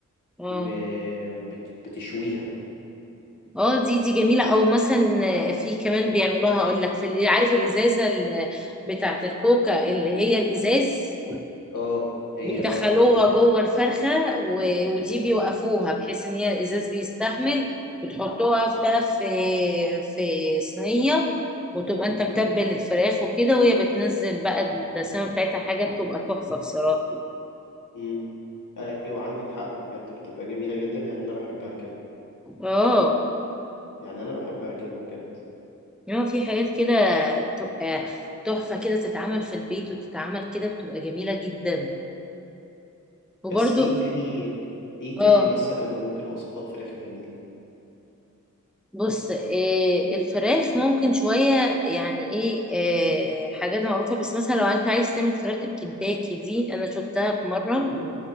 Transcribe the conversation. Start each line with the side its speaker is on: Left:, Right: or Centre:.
Centre: اه
Left: و... وبتشويها
Centre: اه دي دي جميلة او مثلا في كمان بيعملوها اقول لك في ال- عارف الازازة ال- بتاعة الكوكا اللي هي الازاز
Left: اه هي
Centre: بيدخلوها
Left: اه
Centre: جوه الفرخة و- ودي بيوقفوها بحيث ان هي الازاز بيستحمل بتحطوها في- بقى في في صينية وتبقى انت متبل
Left: امم
Centre: الفراخ وكده وهي بتنزل بقى الدسامة بتاعتها حاجة بتبقى تحفة بصراحة
Left: امم ايوه عندك حق بجد بتبقى جميلة جدا يعني انا بحبها كده
Centre: اه
Left: يعني انا بحبها كده بجد
Centre: يعني في حاجات كده بتبقى تحفة كده تتعمل في البيت وتتعمل كده بتبقى جميلة جدا وبرضو
Left: بس ايه تاني ايه
Centre: اه
Left: تاني مثلا ممكن وصفات فراخ جميلة
Centre: بص إيه الفراخ ممكن شوية يعني ايه, إيه حاجات معروفة بس مثلا لو انت عايز تعمل فراخ الكنتاكي دي انا شفتها في مرة
Left: امم